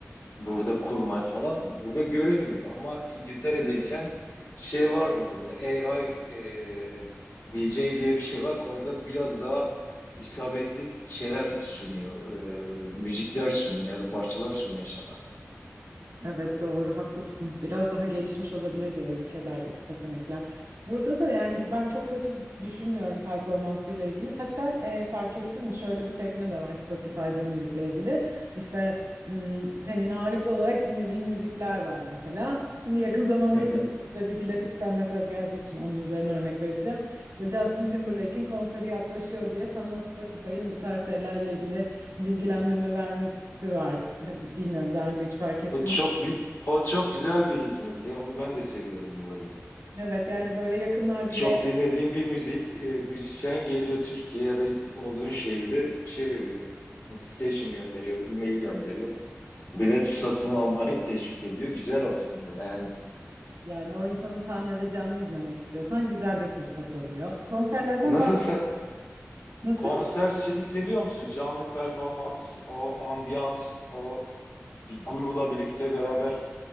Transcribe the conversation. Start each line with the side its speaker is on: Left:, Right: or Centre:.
Left: burada kurmaya falan. Burada görünmüyor ama İngiltere'deyken şey vardı orada. AI e, DJ diye bir şey var. Orada biraz daha isabetli şeyler sunuyor. e, müzikler sunuyor ya da parçalar sunuyor sana.
Right: Evet doğru haklısın. Biraz daha gelişmiş olabilir diğer ülkelerdeki seçenekler. Burada da yani ben çok kötü düşünmüyorum performansıyla ilgili. Hatta e, fark ettin mi şöyle bir sekme de var Spotify'da müzikle ilgili. İşte hmm, senin ağırlıklı olarak dinlediğin müzikler var mesela. Şimdi yakın zamanda
Left: Hı hı.
Right: da bir Biletix'ten mesaj geldiği için onun üzerine örnek vereceğim. İşte Justin Timberlake'in konseri yaklaşıyor diye sana Spotify'ın bu tarz şeylerle ilgili bilgilendirme vermesi var. Bilmiyorum daha önce hiç fark ettin
Left: O çok
Right: mi?
Left: gü- o çok güzel bir hizmet ya. Onu ben de seviyorum böyle.
Right: Evet yani böyle yakınlarda
Left: Çok
Right: da
Left: dinlediğim bir müzik, e, müzisyen geliyor Türkiye ya da olduğun şehirde şey veriyor. Notification gönderiyor, e-mail gönderiyor. Bilet satın almaya <laughs> teşvik ediyor. Güzel aslında yani.
Right: yani o insanı sahnede canlı izlemek istiyorsan güzel bir fırsat oluyor. Konserlerden
Left: Nasıl
Right: bahs
Left: sen
Right: Nasıl?
Left: konser şeyini seviyor musun? Canlı performans, o ambiyans, o bir grupla birlikte beraber